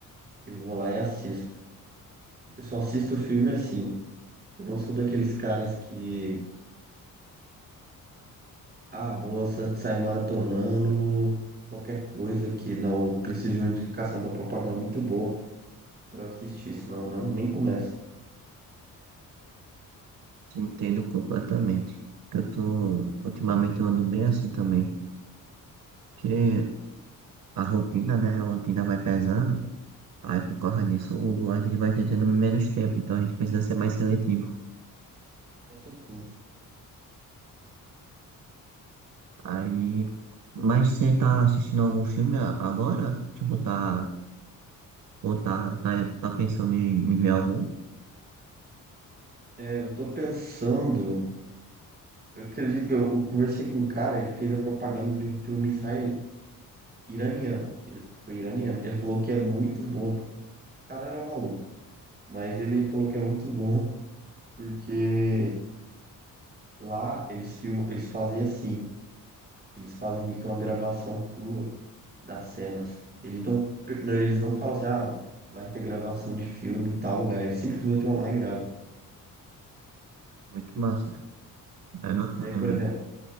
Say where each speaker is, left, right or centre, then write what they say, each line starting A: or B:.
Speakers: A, on the right; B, on the right.
A: eu vou lá e assisto. Eu só assisto filme assim. Eu não sou daqueles caras que, ah, vou sa- sair maratonando qualquer coisa que não, eu preciso de uma indicação de uma propaganda muito boa pra eu assistir, senão eu não nem começo.
B: Te entendo completamente. Eu tô, ultimamente eu ando bem assim também, porque a rotina, né, a rotina vai pesando, aí por causa disso o- a gente vai tendo menos tempo, então a gente precisa ser mais seletivo.
A: Com certeza.
B: Aí, mas você tá assistindo algum filme a- agora? Tipo, tá, ou tá, tá, tá pensando em, em ver algum?
A: É, eu tô pensando Eu acredito que eu, eu conversei com um cara, ele fez a propaganda de um filme israel, iraniano. Is- Foi iraniano. Ele falou que é muito bom. O cara era maluco, mas ele falou que é muito bom porque lá eles filmam, eles fazem assim, eles fazem meio que uma gravação crua das cenas. Eles não, per- não, eles não falam assim, ah, vai ter gravação de filme em tal lugar. Eles simplesmente vão lá e gravam.
B: Muito massa, é bacana,
A: Daí, por
B: velho.
A: exemplo,